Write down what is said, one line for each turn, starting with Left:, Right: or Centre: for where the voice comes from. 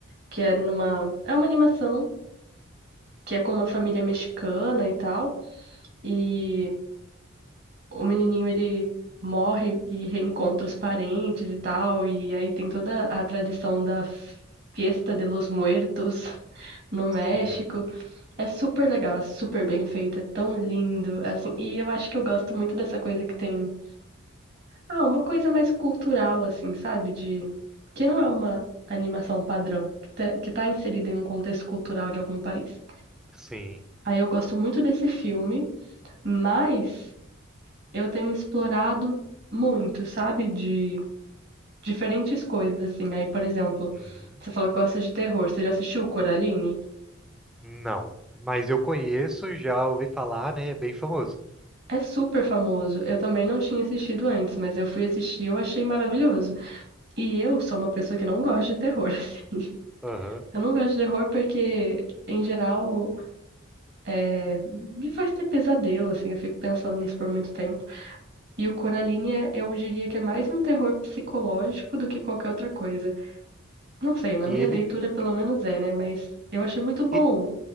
Right: que é numa. É uma animação que é com uma família mexicana e tal. E o menininho ele morre e reencontra os parentes e tal. E aí tem toda a tradição da Fiesta de los Muertos <laughs> no México.
Centre: sim,
Right: É super legal, é super bem feito, é tão lindo. assim, e eu acho que eu gosto muito dessa coisa que tem. Ah, uma coisa mais cultural, assim, sabe? De que não é uma animação padrão, que tá, que tá inserida em um contexto cultural de algum país.
Centre: sim.
Right: Aí eu gosto muito desse filme, mas eu tenho explorado muito, sabe? De diferentes coisas, assim. Aí, por exemplo,
Centre: Uhum.
Right: você falou que gosta de terror. Você já assistiu Coraline?
Centre: Não, mas eu conheço, já ouvi falar, né? É bem famoso.
Right: É super famoso. Eu também não tinha assistido antes, mas eu fui assistir e eu achei maravilhoso. E eu sou uma pessoa que não gosta de terror, <laughs> assim.
Centre: Aham.
Right: Eu não gosto de terror porque, em geral, É, me faz ter pesadelo, assim, eu fico pensando nisso por muito tempo. E o Coraline, é- eu diria que é mais um terror psicológico do que qualquer outra coisa. Não sei, na
Centre: E
Right: minha
Centre: ele,
Right: leitura pelo menos é, né? Mas eu achei muito bom.
Centre: e-